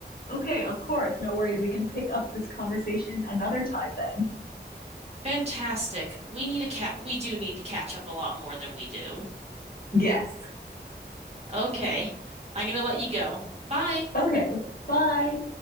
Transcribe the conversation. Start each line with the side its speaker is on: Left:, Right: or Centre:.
Left: okay, of course. No worries. We can pick up this conversation another time then.
Right: Fantastic. We need a cat. We do need to catch up a lot more than we do.
Left: Yes.
Right: Okay. I'm gonna let you go. Bye.
Left: Okay. Bye.